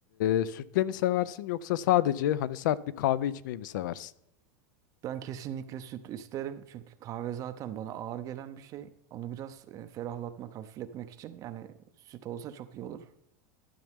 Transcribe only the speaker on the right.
Ben kesinlikle süt isterim çünkü kahve zaten bana ağır gelen bir şey. Onu biraz e, ferahlatmak, hafifletmek için yani süt olsa çok iyi olur.